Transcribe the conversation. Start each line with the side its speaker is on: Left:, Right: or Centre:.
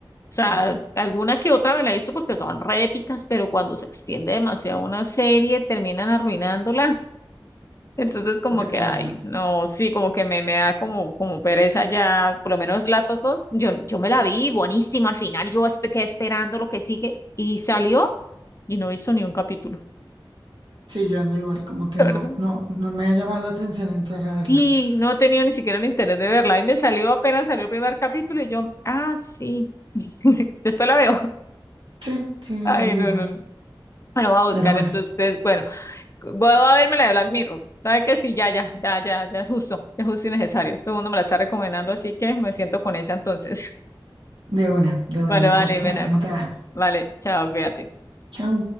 Left: O sea,
Right: Claro,
Left: alguna que otra me la he visto porque son re épicas, pero cuando se extiende demasiado una serie, terminan arruinándola. <laughs> Entonces, como
Right: de acuerdo.
Left: que, ay, no, sí, como que me, me da como, como pereza ya, por lo menos las osos. Yo, yo me la vi buenísima al final. Yo espe- quedé esperando lo que sigue y salió y no he visto ni un capítulo.
Right: Sí, yo ando igual, como que
Left: <laughs>
Right: no,
Left: la verdad.
Right: no, no me ha llamado la atención entrar a verla.
Left: Y no he tenido ni siquiera el interés de verla. Ahí me salió apenas salió el primer capítulo y yo, ah, sí. <laughs> Después la veo. <laughs>
Right: Sí, sí,
Left: Ay,
Right: ando
Left: no,
Right: igual.
Left: no, no. Bueno, voy a
Right: Pero
Left: buscar
Right: bueno,
Left: entonces, bueno, voy a verme la de Black Mirror. ¿Sabe que Sí, ya, ya, ya, ya, ya es justo, es justo y necesario. Todo el mundo me la está recomendando, así que me siento con esa entonces. <laughs>
Right: de una, de una
Left: Bueno,
Right: me
Left: vale,
Right: cuentas
Left: Mena.
Right: a ver cómo te va.
Left: Vale, chao, cuídate.
Right: Chao.